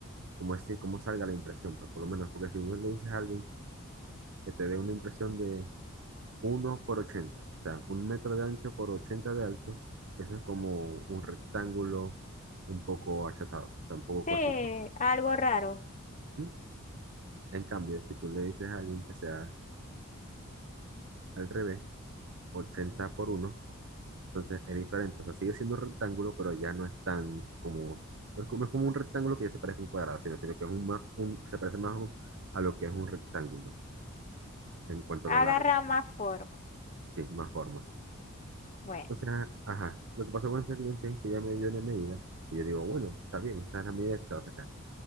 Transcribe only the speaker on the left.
Sí,
algo raro.
Agarra
más forma.
Bueno,